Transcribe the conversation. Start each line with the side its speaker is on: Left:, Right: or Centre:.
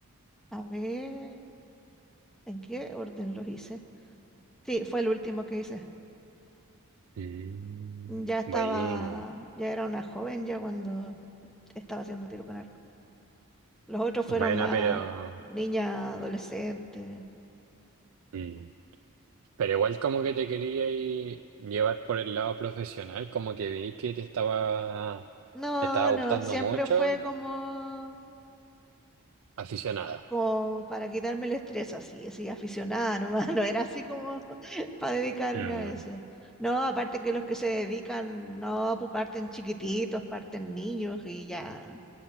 Centre: A ver, ¿en qué orden los hice? Sí, fue el último que hice.
Right: Mm,
Centre: Ya estaba,
Right: Bueno,
Centre: ya era una joven ya cuando estaba haciendo tiro con arco. Los otros fueron
Right: bueno,
Centre: más
Right: pero,
Centre: niña, adolescente.
Right: mm, pero igual como que te quería ir- llevar por el lado profesional, como que veí que te estaba,
Centre: No,
Right: te estaba
Centre: no,
Right: gustando
Centre: siempre
Right: mucho,
Centre: fue como,
Right: aficionada.
Centre: como para quitarme el estrés, así, así, aficionada nomás, <laughs> no era así como para dedicarme
Right: Mm,
Centre: a eso. No, aparte que los que se dedican, no, pues parten chiquititos, parten niños y ya